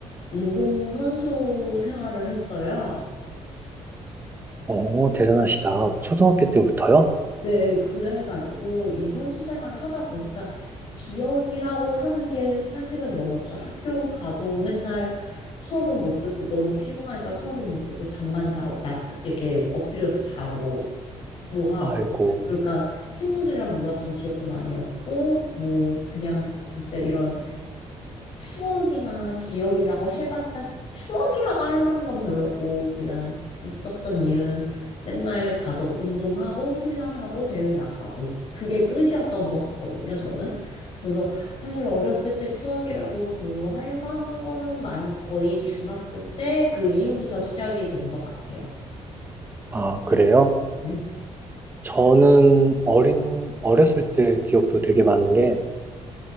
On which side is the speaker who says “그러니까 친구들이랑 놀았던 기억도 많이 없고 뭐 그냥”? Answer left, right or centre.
Left